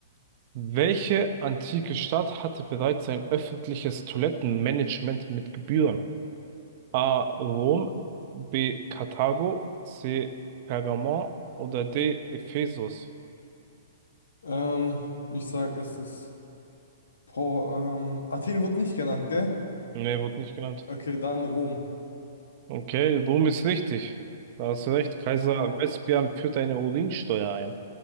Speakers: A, on the right; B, on the left.
A: welche antike Stadt hatte bereits ein öffentliches Toilettenmanagement mit Gebühren? A. Rom, B. Karthago, C. Pergamon oder D. Ephesus?
B: Ähm, ich sag, es ist. Boah, ähm, Athen wird nicht genannt, gell?
A: Nee, wurde nicht genannt.
B: Okay, dann Rom.
A: Okay, Rom ist richtig. Da hast du recht.
B: Let's
A: Kaiser
B: go.
A: Oh. Vespasian
B: Let's go.
A: führt eine Urinsteuer ein.